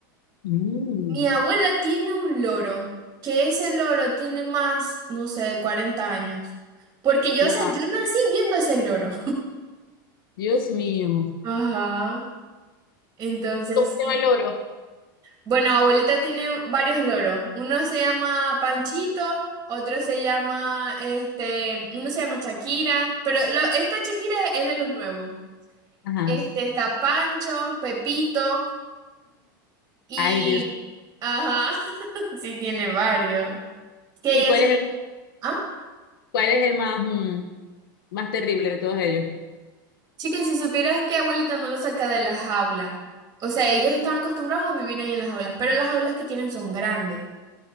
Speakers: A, on the left; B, on the right.
A: Mm,
B: Mi abuela tiene un loro, que ese loro tiene más, no sé, de 40 años. Porque yo,
A: wow,
B: o sea, yo nací viendo ese loro.
A: Dios mío.
B: <laughs> Ajá. Entonces,
A: ¿Y ¿Cómo se
B: sí.
A: llama el loro?
B: Bueno, abuelita tiene varios loros. Uno se llama Panchito, otro se llama, este, uno se llama Shakira, pero lo- esta Shakira es de los nuevos.
A: Ajá.
B: Este está Pancho, Pepito y,
A: Ay, Dios.
B: ajá, <laughs> sí tiene varios. Que
A: ¿Y
B: ella
A: cuál
B: es-
A: es el,
B: ah,
A: cuál es el más, mm, más terrible de todos ellos?
B: chicas, si supieras que abuelita no lo saca de la jaula. O sea, ellos están acostumbrados a vivir ahí en las jaulas, pero las jaulas que tienen son grandes.